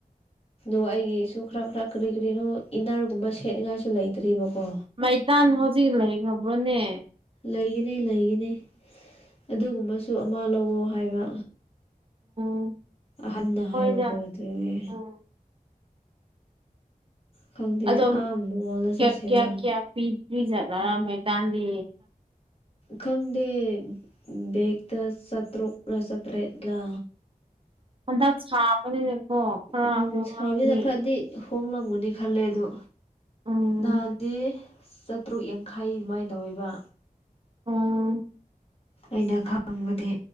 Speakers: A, on the left; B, on the right.
A: ꯑꯗꯨꯒ ꯑꯩꯒꯤꯁꯨ ꯈꯔ ꯈꯔ ꯀꯔꯤ ꯀꯔꯤꯅꯣ ꯏꯟꯅꯔꯒꯨꯝꯕ ꯁꯦꯠꯅꯤꯡꯉꯥꯏꯁꯨ ꯂꯩꯇ꯭ꯔꯤꯕꯀꯣ
B: ꯃꯩꯇꯥꯟ ꯍꯧꯖꯤꯛ ꯂꯩꯈ꯭ꯔꯕ꯭ꯔꯣꯅꯦ
A: ꯂꯩꯒꯅꯤ ꯂꯩꯒꯅꯤ ꯑꯗꯨꯒꯨꯝꯕꯁꯨ ꯑꯃ ꯂꯧꯋꯣ ꯍꯥꯏꯕ
B: ꯎꯝ
A: ꯑꯍꯟꯅ ꯍꯥꯏꯕꯀꯣ
B: ꯍꯣꯏꯗ
A: ꯑꯗꯨꯒꯤ
B: ꯎꯝ
A: ꯈꯪꯗꯦ
B: ꯑꯗꯣꯝ
A: ꯑꯥ ꯃꯣꯜꯗ ꯆꯠꯁꯤꯔꯥ
B: ꯀꯌꯥ ꯀꯌꯥ ꯀꯌꯥ ꯄꯤ ꯄ꯭ꯔꯤꯖꯠꯕꯔ ꯃꯩꯇꯥꯟꯗꯤ
A: ꯈꯪꯗꯦ ꯕꯦꯛꯇ ꯆꯥꯇ꯭ꯔꯨꯛꯔ ꯆꯥꯇ꯭ꯔꯦꯠꯂꯥ
B: ꯍꯟꯗꯛ ꯁꯥꯕꯅꯤꯅꯀꯣ ꯈꯔ
A: ꯎꯝ
B: ꯑꯃꯨꯛ
A: ꯁꯥꯕꯅꯤꯅ
B: ꯍꯥꯞꯄꯅꯤ
A: ꯈꯔꯗꯤ ꯍꯣꯡꯂꯝꯒꯅꯤ ꯈꯜꯂꯦ ꯑꯗꯣ
B: ꯎꯝ
A: ꯅꯍꯥꯟꯗꯤ ꯆꯠ ꯇꯔꯨꯛ ꯌꯥꯡꯈꯩ ꯑꯗꯨꯃꯥꯏꯅ ꯇꯧꯋꯦꯕ
B: ꯑꯣ
A: ꯑꯩꯅ ꯈꯥꯡꯕꯗꯤ